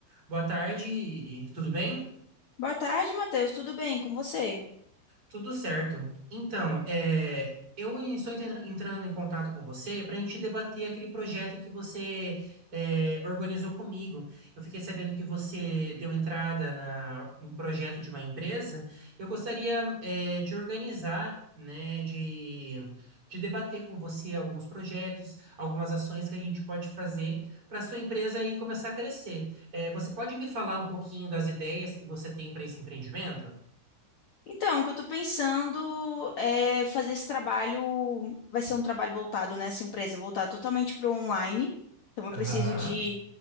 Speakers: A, on the right; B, on the left.
A: Boa tarde, Iri. Tudo bem?
B: Boa tarde, Matheus. Tudo bem com você?
A: Tudo certo. Então, é, eu estou entra- entrando em contato com você para a gente debater aquele projeto que você é, organizou comigo. Eu fiquei sabendo que você deu entrada na, num projeto de uma empresa. Eu gostaria é, de organizar, né, de, de debater com você alguns projetos, algumas ações que a gente pode fazer para a sua empresa aí começar a crescer. É, você pode me falar um pouquinho das ideias que você tem para esse empreendimento?
B: Então, o que eu tô pensando é fazer esse trabalho, vai ser um trabalho voltado nessa empresa, voltado totalmente para o online. Então, eu
A: Aham.
B: preciso de,